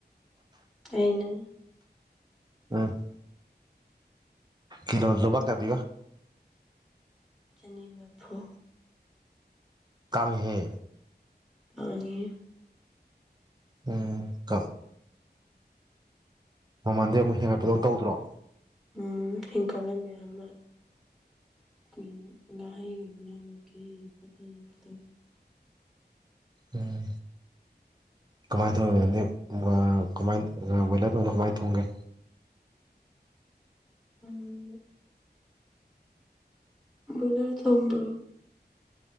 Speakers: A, in the centre; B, on the right (about 25°).
A: ꯑꯩꯅ
B: ꯎꯝ ꯀꯩꯂꯣꯗ ꯂꯨꯄ ꯀꯌꯥ ꯄꯤꯕ
A: ꯆꯅꯤ ꯃꯔꯐꯨ
B: ꯀꯥꯡ <unintelligible> ꯍꯦ
A: ꯇꯥꯡꯉꯦ
B: ꯎꯝ ꯀ ꯃꯃꯟꯗꯤ ꯑꯃꯨꯛ ꯍꯦꯟꯒꯠꯄꯗꯧ ꯇꯧꯗ꯭ꯔꯣ
A: ꯎꯝ ꯍꯤꯡꯒꯠꯂꯦ ꯃꯌꯥꯝ ꯑꯃ ꯑꯩꯈꯣꯏ ꯉꯥꯍꯩꯒꯨꯝꯒ ꯀꯩꯩꯒꯨꯝꯗ
B: ꯎꯝ ꯀꯃꯥꯏꯅ ꯊꯣꯡꯒꯦ ꯅꯪꯗꯤ ꯕꯣꯔ ꯀꯃꯥꯏ ꯕꯣꯏꯂꯔ ꯊꯣꯡꯕꯗꯣ ꯀꯃꯥꯏꯅ ꯊꯣꯡꯒꯦ
A: ꯑꯃ ꯕꯣꯏꯂꯔ ꯊꯣꯡꯕ꯭ꯔꯣ